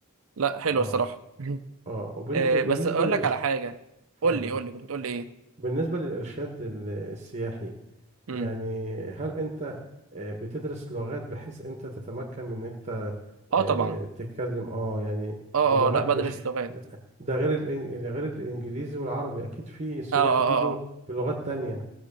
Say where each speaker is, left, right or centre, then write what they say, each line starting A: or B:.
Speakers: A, on the right; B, on the right.
A: لا حلوه
B: أه
A: الصراحه <laughs>
B: أه وبنت
A: آه،
B: بالنسبة
A: بس اقول
B: للإرشاد
A: لك على حاجه
B: اتفضل
A: قول لي قول لي كنت بتقول لي ايه
B: بالنسبة للإرشاد ال- السياحي
A: امم
B: يعني هل أنت آه، بتدرس لغات بحيث أنت تتمكن من إن أنت آه،
A: اه طبعا
B: تتكلم أه يعني
A: اه
B: اللغات
A: اه لا بدرس
B: مش
A: لغات
B: ده ده غير الإن- غير الإنجليزي والعربي أكيد في سياح
A: اه اه
B: بيجوا
A: اه آه.
B: بلغات تانية